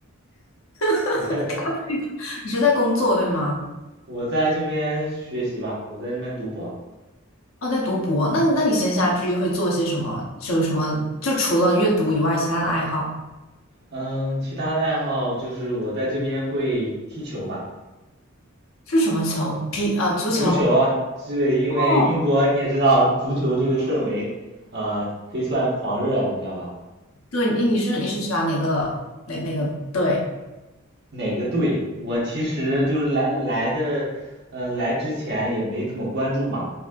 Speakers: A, on the left (about 75°); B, on the right (about 55°).
A: <laughs>
B: <laughs>
A: 那个，你是在工作对吗？
B: 我在这边学习吧，我在这边读博。
A: 哦，在读博。那那你闲暇之余会做些什么？就有什么？就除了阅读以外，其他的爱好
B: 嗯，其他的爱好就是我在这边会踢球吧，
A: 是什么球？皮呃，足球。
B: 足球啊，对，因为英国你也知道，
A: 哦，
B: 足球这个氛围，呃，可以算狂热，你知道吧？
A: 对，你你是你是喜欢哪个哪哪个队？
B: 哪个队？我其实就是来来的，呃，来之前也没怎么关注嘛，